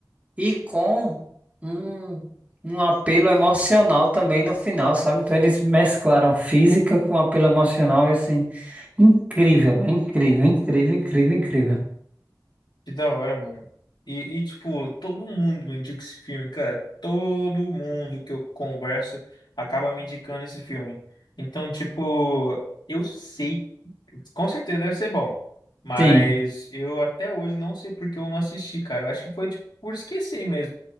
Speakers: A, on the right; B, on the left.
A: E com um, um apelo emocional também no final, sabe? Então eles mesclaram física com apelo emocional e assim, incrível, é incrível, incrível, incrível, incrível.
B: que da hora, mano. E, e, tipo, todo mundo me indica esse filme, cara. Todo mundo que eu converso acaba me indicando esse filme. Então, tipo, eu sei Com certeza deve ser bom. Mas
A: Sim,
B: eu até hoje não sei por que eu não assisti, cara. Eu acho que foi tipo, por esquecer mesmo.